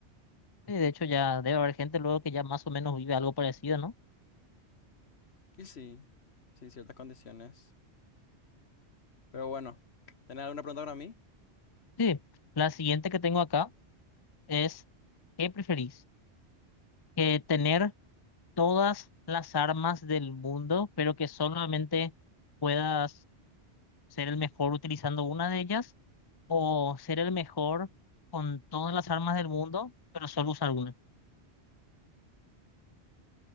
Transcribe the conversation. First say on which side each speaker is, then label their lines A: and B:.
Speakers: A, on the left; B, on the left.
A: Y de hecho, ya debe haber gente luego que ya más o menos vive algo parecido, ¿no?
B: Y sí, sí, ciertas condiciones. Pero bueno, ¿tenés alguna pregunta para mí?
A: Sí. La siguiente que tengo acá es, ¿qué preferís? Eh, ¿tener todas las armas del mundo, pero que solamente puedas ser el mejor utilizando una de ellas? ¿O ser el mejor con todas las armas del mundo, pero solo usar una?